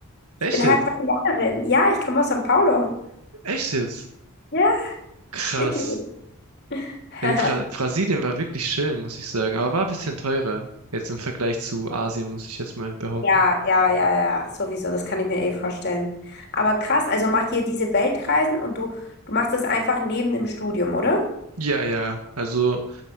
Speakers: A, on the left; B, on the right.
A: ich
B: Echt
A: bin
B: jetzt?
A: halb Brasilianerin. Ja, ich komme aus São Paulo.
B: Echt jetzt?
A: Ja,
B: Krass.
A: wirklich. <laughs>
B: Ja, die Bra Brasilien war wirklich schön, muss ich sagen, aber war ein bisschen teurer. Jetzt im Vergleich zu Asien, muss ich jetzt mal behaupten.
A: Ja, ja, ja, ja, sowieso, das kann ich mir eh vorstellen. Aber krass, also macht ihr diese Weltreisen und du, du machst das einfach neben dem Studium, oder?
B: Ja, ja, also.